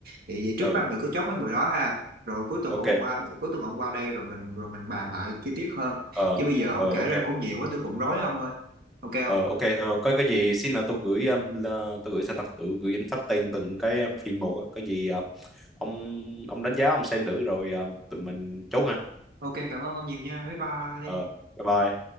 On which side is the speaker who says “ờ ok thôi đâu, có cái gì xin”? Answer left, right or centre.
Centre